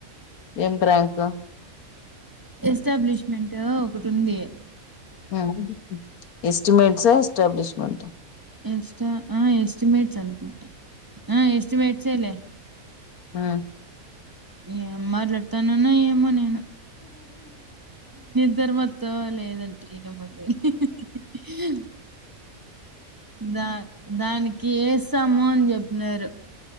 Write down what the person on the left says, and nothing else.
ఎం ప్రాంకు
మ్ ఎస్టిమేట్స్ ఎస్టాబ్లిష్మెంట్
ఆ